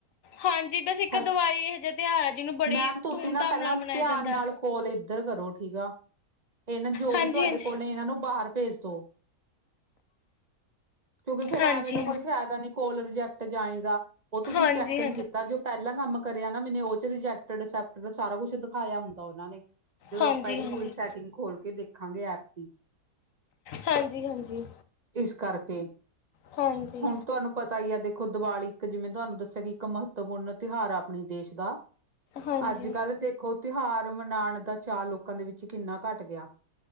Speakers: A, on the left (about 65°); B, on the right (about 35°).
A: ਹਾਂਜੀ, ਬਸ ਇੱਕ
B: ਹੈ
A: ਦੀਵਾਲੀ ਏਹੋ ਜਿਆ ਤਿਉਹਾਰ ਆ, ਜਿਨੂੰ ਬੜੇ
B: ਮੈਮ ਤੁਸੀਂ
A: ਧੂਮ-
B: ਨਾ
A: ਧਾਮ
B: ਪਹਿਲਾਂ
A: ਨਾਲ ਮਨਾਇਆ
B: ਧਿਆਨ
A: ਜਾਂਦਾ।
B: ਨਾਲ ਕੋਲ ਏਧਰ ਕਰੋ ਠੀਕ ਆ। ਏਨਾਂ ਜੋ
A: ਹਾਂਜੀ
B: ਵੀ ਤੁਆਡੇ
A: ਹਾਂਜੀ
B: ਕੋਲ ਨੇ ਏਨਾਂ ਨੂੰ ਬਾਰ ਭੇਜ ਦੋ। ਕਿਉਂਕਿ ਫੇਰ
A: ਹਾਂਜੀ
B: ਐਵੇਂ ਦਾ ਕੋਈ ਫੈਦਾ ਨੀ ਕੋਲ ਰਿਜੈਕਟ ਜਾਈਂ ਦਾ। ਓ ਤੁਸੀਂ
A: ਹਾਂਜੀ
B: ਚੈੱਕ- ਨੀ
A: ਹਾਂਜੀ
B: ਕੀਤਾ ਜੋ ਪਹਿਲਾਂ ਕੰਮ ਕਰਿਆ ਨਾ ਮੈਨੇ ਉਹ ਚ ਰਿਜੈਕਟਡ ਐਕਸੈਪਟ ਸਾਰਾ ਕੁਝ ਦਿਖਾਇਆ ਹੁੰਦਾ ਉਹਨਾਂ ਨੇ। ਜਦੋਂ
A: ਹਾਂਜੀ
B: ਆਪਾਂ ਇਹਦੀ
A: ਹਾਂਜੀ ਹਾਂਜੀ
B: ਪੂਰੀ ਸੈਟਿੰਗ ਖੋਲ ਕੇ ਦੇਖਾਂਗੇ ਐਪ ਦੀ।
A: ਹਾਂਜੀ -ਹਾਂਜੀ।
B: ਇਸ ਕਰਕੇ।
A: ਹਾਂਜੀ
B: ਹੁਣ ਤਾਨੂੰ ਪਤਾ ਹੀ ਐਦੇ ਦੇਖੋ ਦੀਵਾਲੀ ਇੱਕ ਜਿਵੇਂ ਤੁਹਾਨੂੰ ਦੱਸਿਆ, ਕਿ ਇੱਕ ਮਹੱਤਵਪੂਰਨ ਤਿਉਹਾਰ ਆ ਆਪਣੀ ਦੇਸ਼ ਦਾ।
A: ਹਾਂਜੀ
B: ਅੱਜ-ਕੱਲ੍ਹ ਦੇਖੋ ਤਿਉਹਾਰ ਮਨਾਣ ਦਾ ਚਾਅ, ਲੋਕਾਂ ਦੇ ਵਿੱਚ ਕਿੰਨਾ ਘੱਟ ਗਿਆ।